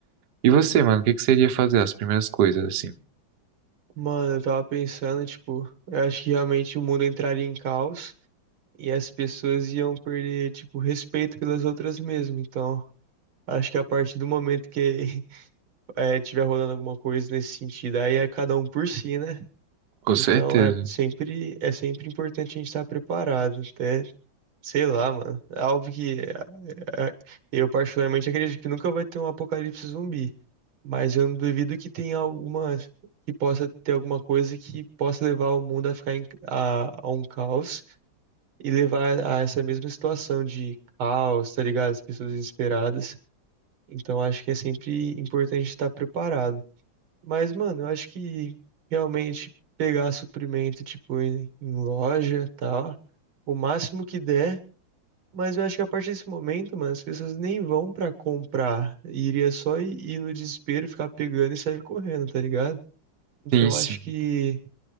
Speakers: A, on the right; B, on the right.
A: E você, mano, o que que você iria fazer? As primeiras coisas, assim.
B: Mano, eu tava pensando, tipo, eu acho que realmente o mundo entraria em caos e as pessoas iam perder, tipo, respeito pelas outras mesmo. Então, acho que a partir do momento que é, tiver rolando alguma coisa nesse sentido. Aí é cada um por si, né?
A: Com
B: Então
A: certeza.
B: é sempre, é sempre importante a gente estar preparado. Até, sei lá, mano. É óbvio que é, é, eu particularmente acredito que nunca vai ter um apocalipse zumbi. Mas eu não duvido que tenha alguma, que possa ter alguma coisa que possa levar o mundo a ficar em, a, a um caos e levar a essa mesma situação de caos, tá ligado? As pessoas desesperadas. Então acho que é sempre importante estar preparado. Mas, mano, eu acho que realmente pegar suprimento, tipo, em, em loja e tal, o máximo que der. Mas eu acho que a partir desse momento, mano, as pessoas nem vão pra comprar. Iria só i- ir no desespero, ficar pegando e sair correndo, tá ligado? Então
A: Sim, sim.
B: acho que.